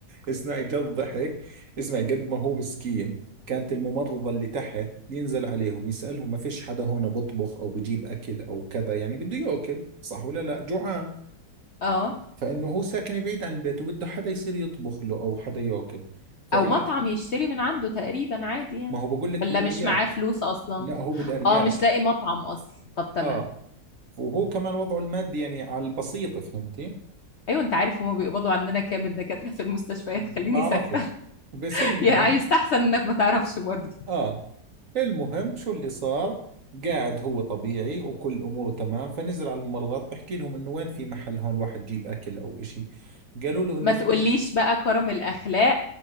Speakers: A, on the right; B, on the left.
A: اسمعي جد ضحك اسمعي قد ما هو مسكين كانت الممرضة اللي تحت ينزل عليهم يسألهم ما فيش حدا هون بطبخ او بجيب اكل او كذا يعني بده ياكل صح ولا لا جوعان
B: اه
A: فانه هو ساكن بعيد عن البيت وبده حدا يصير يطبخ له او حدا ياكل فاجت
B: او مطعم يشتري من عنده تقريبا عادي يعني
A: ما هو بقول لك
B: ولا
A: بالارياف
B: مش معاه فلوس اصلا
A: لا هو بالارياف
B: اه مش لاقي مطعم اصلا طب تمام
A: اه وهو كمان وضعه المادي يعني على البسيطة فهمتي
B: ايوه انت عارف هما بيقبضوا عندنا كام الدكاتره في المستشفيات
A: بعرفش
B: خليني ساكته
A: بس
B: <laughs>
A: المهم
B: يعني يستحسن انك ما تعرفش برضه
A: اه المهم شو اللي صار قاعد هو طبيعي وكل اموره تمام فنزل على الممرضات بحكي لهم انه وين في محل هون واحد يجيب اكل او اشي قالوا له انه
B: ما
A: في
B: تقوليش بقى كرم الأخلاق